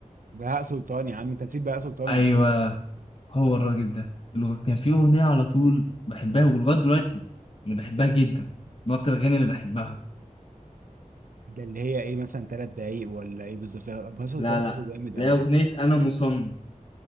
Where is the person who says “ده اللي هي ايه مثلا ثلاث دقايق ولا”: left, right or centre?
Right